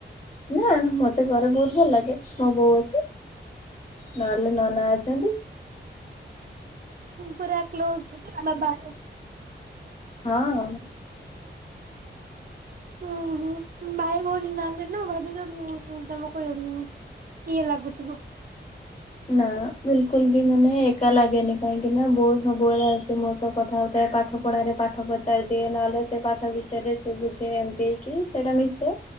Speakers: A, on the left; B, on the right.
A: ନାଁ, ମତେ ଘରେ ବହୁତ ଭଲ ଲାଗେ। ମୋ ବୋଉ ଅଛି। ନହେଲେ ନନା ଅଛନ୍ତି।
B: ପୁରା କ୍ଲୋଜ୍ ବାବା।
A: ହଁ
B: ହୁଁ, ହୁଁ ଭାଇ ଭଉଣୀ ନାହାଁନ୍ତି ନା, ଭାବିଲି ତମକୁ ଉଁ ଇଏ ଲାଗୁଥିବ।
A: ନା ବିଲ୍ କୁଲ୍ ବି ମାନେ ଏକା ଲାଗେନି କାହିଁକି ନା, ବୋଉ ସବୁବେଳେ ଆସେ ମୋ ସହ୍ କଥା ହଉଥାଏ। ପାଠ ପଢାରେ ପାଠ ପଚାରି ଦିଏ, ନହେଲେ ସେ ପାଠ ବିଷୟରେ ସେ ବୁଝେ, ଏମତି। କି ସେଟା ମିଶେ